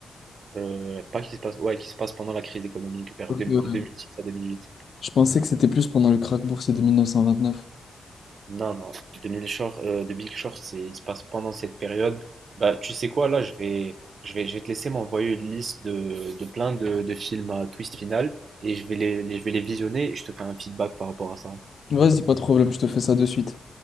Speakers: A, on the right; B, on the left.
A: Euh, pas qui se passe, ouais, qui se passe pendant la crise économique vers
B: Ok,
A: deux- de
B: ouais.
A: deux mille six à 2008.
B: Je pensais que c'était plus pendant le krach boursier de 1929.
A: Non, non. The Big Short, euh, The Big Short, c'est, il se passe pendant cette période. Bah, tu sais quoi, là, je vais, je vais, je vais te laisser m'envoyer une liste de, de plein de, de films à twist final et je vais les, les- je vais les visionner et je te fais un feedback par rapport à ça.
B: Vas-y, pas de problème, je te fais ça de suite.